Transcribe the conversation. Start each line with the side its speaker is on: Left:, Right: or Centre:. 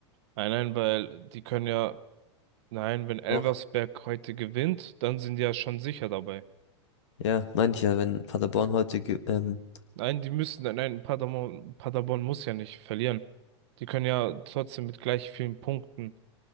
Right: Nein, nein, weil die können ja, nein, wenn Elversberg
Left: Doch.
Right: heute gewinnt, dann sind die ja schon sicher dabei.
Left: Ja, meine ich ja, wenn Paderborn heute ge- ähm,
Right: Nein, die müssen, nein, Paderborn, Paderborn muss ja nicht verlieren. Die können ja trotzdem mit gleich vielen Punkten